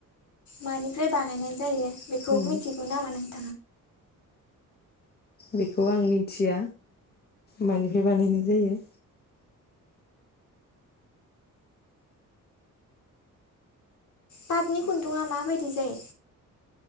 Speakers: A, on the left; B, on the left.
A: मानिफ्राय बानायनाय जायो? बेखौ
B: उम
A: मिथिगौ नामा नों?
B: बेखौ आं मिथिया मानिफ्राय बानायनाय जायो।
A: पातनि खुन्दुंआ माबायदि जायो?